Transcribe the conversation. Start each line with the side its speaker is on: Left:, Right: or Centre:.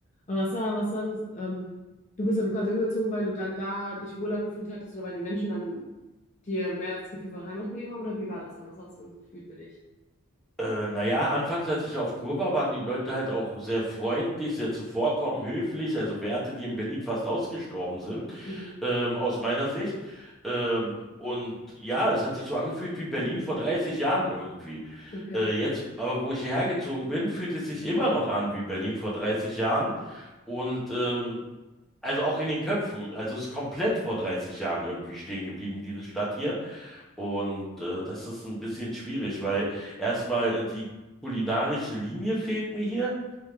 Left: Aber was war, was war das? Ähm, du bist dann quasi umgezogen, weil du dann da dich wohler gefühlt hattest oder weil die Menschen dann dir mehr das Gefühl von Heimat gegeben haben? Oder wie war das dann? Was war das für ein Gefühl für dich?
Centre: Äh, naja, anfangs, als ich da auf Kur war, waren die Leute halt auch sehr freundlich, sehr zuvorkommend, höflich, also Werte, die in Berlin fast ausgestorben sind,
Left: Mhm.
Centre: ähm, aus meiner Sicht. Ähm, und ja, es hat sich so angefühlt wie Berlin vor 30 Jahren irgendwie.
Left: Okay.
Centre: Äh, jetzt, aber wo ich hierher gezogen bin, fühlt es sich immer noch an wie Berlin vor 30 Jahren. Und ähm, also auch in den Köpfen. Also es ist komplett vor 30 Jahren irgendwie stehen geblieben, diese Stadt hier. Und äh, das ist ein bisschen schwierig, weil erstmal äh, die kulinarische Linie fehlt mir hier.